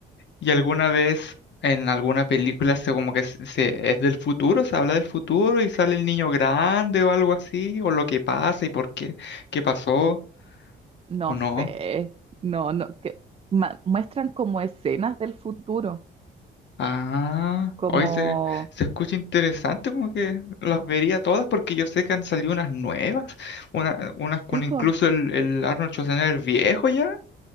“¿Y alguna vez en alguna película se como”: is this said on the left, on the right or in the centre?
Left